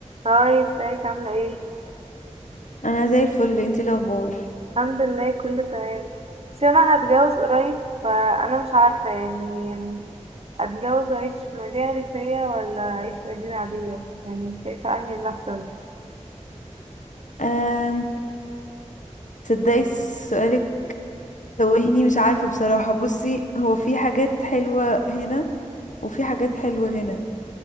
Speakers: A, on the right; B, on the left.
A: هاي ازيك عاملة ايه؟
B: انا زي الفل انتي إيه الاخبار
A: الحمد لله كله تمام بس انا هتجوز قريب فانا مش عارفة يعني اتجوز اعيش في مدينة ريفية ولا اعيش في مدينة عادية يعني شايفة انهي اللي احسن
B: أم تصدقي سؤالك توهني مش عارفه بصراحه بصي هو في حاجات حلوه هنا وفي حاجات حلوه هنا